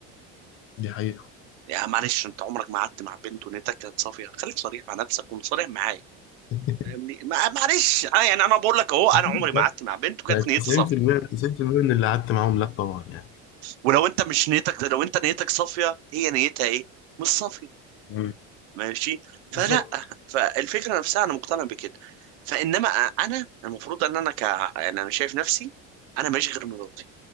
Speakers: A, on the left; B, on the right.
A: دي حقيقة
B: يا معلش انت عمرك ما قعدت مع بنت ونيتك كانت صافيه خليك صريح مع نفسك وصريح معايا
A: <laughs>
B: فاهمني ما- معلش انا يعني انا بقول لك اهو انا
A: أكيد
B: عمري ما
A: لا
B: قعدت مع بنت وكانت
A: يعني
B: نيتي
A: 90%
B: صافيه
A: 90% من اللي قعدت معاهم لا طبعا يعني
B: ولو انت مش نيتك لو انت نيتك صافيه هي نيتها ايه مش صافيه
A: مم.
B: ماشي فلا
A: بالظبط
B: فالفكره نفسها انا مقتنع بكده فانما انا المفروض ان انا ك يعني انا شايف نفسي انا ماشي غير مراتي